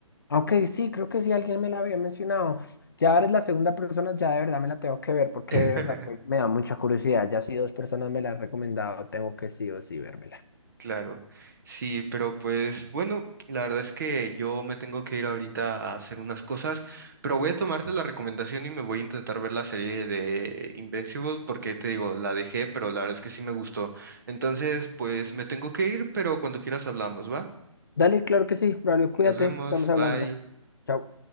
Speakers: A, on the left; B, on the right.
A: Ok, sí, creo que sí, alguien me la había mencionado. Ya eres la segunda persona, ya de verdad me la tengo que ver, porque
B: <laughs>
A: de verdad que me da mucha curiosidad. Ya si dos personas me la han recomendado, tengo que sí o sí vérmela.
B: Claro, sí, pero pues bueno, la verdad es que yo me tengo que ir ahorita a hacer unas cosas, pero voy a tomarte la recomendación y me voy a intentar ver la serie de Invincible porque te digo, la dejé, pero la verdad es que sí me gustó. Entonces, pues me tengo que ir, pero cuando quieras hablamos, ¿va?
A: Dale, claro que sí, Braulio,
B: Nos
A: cuídate,
B: vemos,
A: estamos hablando.
B: bye.
A: Chao.